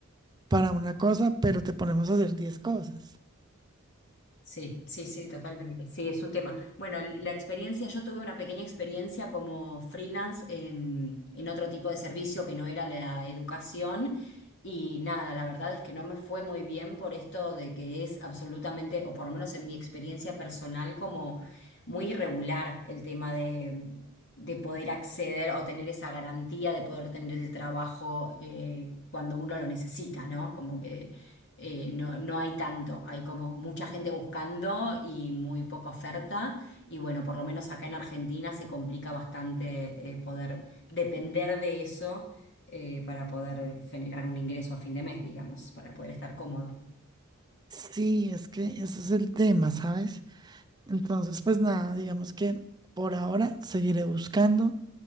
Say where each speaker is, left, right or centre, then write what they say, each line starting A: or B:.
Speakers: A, on the right; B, on the left.
A: para una cosa, pero te ponemos a hacer 10 cosas.
B: Sí, sí, sí, totalmente. Sí, es un tema. Bueno, l- la experiencia, yo tuve una pequeña experiencia como freelance en, en otro tipo de servicio que no era la educación y nada, la verdad es que no me fue muy bien por esto de que es absolutamente, o por lo menos en mi experiencia personal, como muy irregular el tema de, de poder acceder o tener esa garantía de poder tener el trabajo eh, cuando uno lo necesita, ¿no? Como que eh, no, no hay tanto, hay como mucha gente buscando y muy poca oferta. Y bueno, por lo menos acá en Argentina se complica bastante eh, poder depender de eso eh, para poder eh, generar un ingreso a fin de mes, digamos, para poder estar cómodo.
A: Sí, es que ese es el tema, ¿sabes? Entonces, pues nada, digamos que por ahora seguiré buscando.